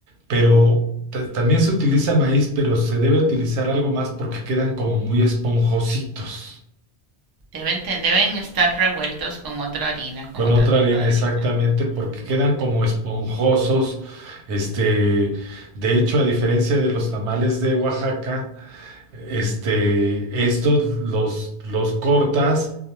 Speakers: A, on the right; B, on the right.
A: pero ta- también se utiliza maíz, pero se debe utilizar algo más porque quedan como muy esponjositos.
B: Deben, te- deben estar revueltos con otra harina,
A: Con
B: con otro
A: otra
B: tipo
A: harina
B: de harina.
A: exactamente, porque
B: Ujú,
A: quedan como esponjosos. Este, de hecho, a diferencia de los tamales de Oaxaca, este, estos los, los cortas